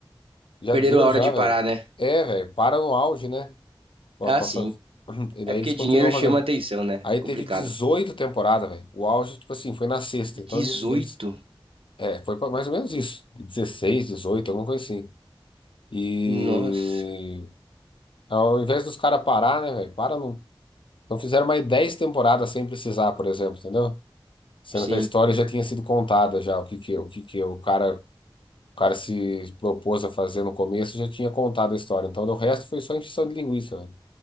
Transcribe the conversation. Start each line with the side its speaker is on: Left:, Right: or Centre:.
Left: já
Right: Perderam
Left: deu
Right: a hora
Left: já,
Right: de
Left: velho.
Right: parar, né?
Left: É, velho, para no auge, né? Pra-
Right: Ah,
Left: pra
Right: sim.
Left: fa- <clears throat> E daí
Right: É porque
Left: eles
Right: dinheiro
Left: continuam
Right: chama
Left: fazendo.
Right: atenção, né?
Left: Aí
Right: É complicado.
Left: teve 18 temporadas, velho. O auge, tipo assim, foi na sexta. Então
Right: Dezoito,
Left: eles, eles, é, foi pra mais ou menos isso. 16, 18, alguma coisa assim. E
Right: Nossa,
Left: ao invés dos caras parar, né, velho? Para, não Não fizeram mais 10 temporadas sem precisar, por exemplo, entendeu? Sendo
Right: sim.
Left: que a história já tinha sido contada já, o que que, o que que o cara, o cara se propôs a fazer no começo já tinha contado a história. Então, o resto foi só encheção de linguiça, velho.